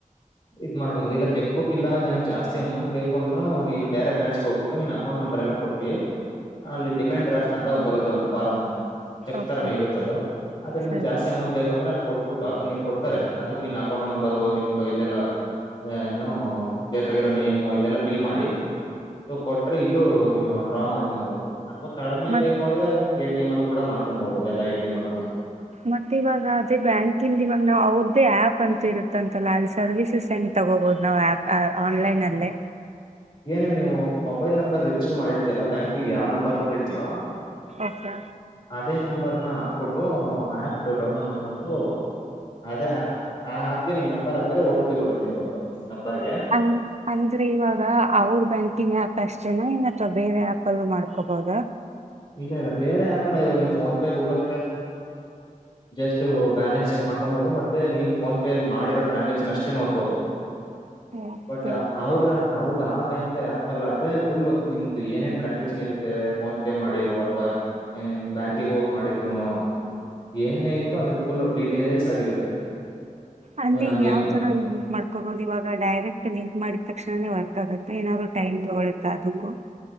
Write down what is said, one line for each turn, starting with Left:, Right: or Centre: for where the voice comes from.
Left: ಇದ್ ಮಾಡ್ಕೊಂಬೋದು ಇಲ್ಲ ಚೆಕ್ ಬುಕ್ ಇಲ್ಲ ನನಗ್ ಜಾಸ್ತಿ ಅಮೌಂಟ್ ಬೇಕು ಅಂದ್ರು ಇಲ್ ಬೇರೆ ಬ್ರಾಂಚ್ಗೆ ಹೋಗ್ಬಿಟ್ಟು ನೀನ್ ಅಕೌಂಟ್ ನಂಬರ್ ಎಲ್ಲ ಕೊಟ್ಟಿ ಅಲ್ಲಿ ಡಿಮ್ಯಾಂಡ್ ಡ್ರಾಫ್ಟ್ ಅಂತ ಒಂದ್ ಬರುತ್ತೆ ಒಂದು ಫಾರ್ಮ್ ಚಕ್
Right: ಓಕೆ
Left: ತರಾನೆ ಇರುತ್ತೆ ಅದು ಅದ್ರಲ್ಲಿ
Right: ಸರಿ
Left: ನೀನ್ ಜಾಸ್ತಿ ಅಮೌಂಟ್ ಬೇಕು ಅಂದ್ರೆ ಅದು ಕೊಟ್ ಟ್ಟು ಅದ ನೀ ಕೊಡ್ತಾರೆ ಅದಕ್ ನಿನ್ನ ಅಕೌಂಟ್ ನಂಬರು ನಿಮ್ದು ಇದೆಲ್ಲಾ ಏನು ಬೇಕಾಗಿರೋ ನೇಮು ಇದೆಲ್ಲ ಫಿಲ್ ಮಾಡಿ. ಕೊಟ್ರೆ ಇಲ್ಲೂ ನೀನು ಡ್ರಾ ಮಾಡ್ಕೊಂಬೋದು. ಅಥವಾ ಕಡಿಮೆ
Right: ಮತ್
Left: ಬೇಕು ಅಂದ್ರೆ ಎ ಟಿ ಎಂ ಅಲ್ ಕೂಡ ಮಾಡ್ಕೊಂಬೋದು ಎಲ್ಲ ಎ ಟಿ ಎಂ ಅಲ್ಲೂನು.
Right: ಮತ್ತ ಇವಾಗ ಅದೇ ಬ್ಯಾಂಕಿಂದ್ ಇವಾಗ ನಾವು ಅವ್ರ್ ದ್ದೇ ಆ್ಯಪ್ ಅಂತೂ ಇರುತ್ತಂತಲ್ಲ ಅಲ್ಲಿ ಸರ್ವೀಸಸ್ ಹೆಂಗ್ ತಗೋಬೋದು ನಾವು ಆ್ಯಪ್ ಆನ್ಲೈನಲ್ಲೇ?
Left: ಏನಿಲ್ಲ ನೀವು ಮೊಬೈಲ್ ನಂಬರ್ ರಿಜಿಸ್ಟರ್ ಮಾಡಿರ್ತೀಯಲ್ಲ ಬ್ಯಾಂಕಿಗ್ ಯಾವ್ ನಂಬರ್ ಕೊಟ್ಟಿರ್ತೀಯೋ
Right: ಓಕೆ
Left: ಅದೇ ನಂಬರ್ ಹಾಕ್ಬಿಟ್ಟು ಆಪ್ ಡೌನ್ಲೋಡ್ ಮಾಡ್ಕೊಂಡು ಅದೇ ಆ ಆ್ಯಪ್ಗೆ ನಿನ್ ನಂಬರ್ ಹಾಕಿದ್ರೆ ಒ ಟಿ ಪಿ ಬರುತ್ತೆ ನಿನ್ಗೊಂದು. ನಂಬರ್ಗೆ
Right: ಅನ್ ಅಂದ್ರೆ ಇವಾಗ ಅವ್ರ ಬ್ಯಾಂಕಿನ ಆ್ಯಪ್ ಅಷ್ಟೇನ ಇ ಏನ್ ಅಥವಾ ಬೇರೆ ಆ್ಯಪ್ ಅಲ್ಲೂ ಮಾಡ್ಕೋಬೋದ.
Left: ಇಲ್ಲ ಇಲ್ಲ ಬೇರೆ ಆ್ಯಪ್ ಎಲ್ಲ ಇವಾಗ ನೀವ್ ಫೋನ್ ಪೇ ಗೂಗಲ್ ಪೇ ಅಲ್ ಜಸ್ಟ್ ಬ್ಯಾಲೆನ್ಸ್ ಚೆಕ್ ಮಾಡ್ಕೊಂಬೋದು ಮತ್ತೆ ನೀನ್ ಫೋನ್ ಪೇಲ್ಲಿ ಮಾಡಿರೋ ಟ್ರಾನ್ಸಾಕ್ಷನ್ ಅಷ್ಟೇ ನೋಡ್ಬೋದು.
Right: okay.
Left: But ಅವ್ರ ಅವ್ರ್ ಆ ಬ್ಯಾಂಕ್ ಆ್ಯಪ್ ಅ ಆದ್ರ ಫುಲ್ ನಿಮ್ದು ಏನೇನ್ ಟ್ರಾನ್ಸಾಕ್ಷನ್ ಇರುತ್ತೆ ಫೋನ್ ಪೇ ಮಾಡಿರ ಅಥ್ವಾ ಏನನ್ ಬ್ಯಾಂಕಿಗೆ ಹೋಗಿ ಮಾಡಿದ್ರುನು ಏನೇ ಇದ್ರು ಅದ್ರ ಫುಲ್ ಡೀಟೇಲ್ಸ್ ಆಗಿರುತ್ತೆ
Right: ಅಲ್ಲಿ
Left: ಇವಾಗ ನಮ್ಗೇನು
Right: ಯಾವ್ ತರ ಲಿಂಕ್ ಮಾಡ್ಕೊೋದು ಇವಾಗ ಡೈರೆಕ್ಟ್ ಲಿಂಕ್ ಮಾಡಿದ ತಕ್ಷಣನೇ ಬರ್ು ಬಾಗತ್ತಾ ಏನಾದ್ರು ಟೈಮ್ ತಗೊಳ್ಳುತ್ತಾ ಅದಕ್ಕೂ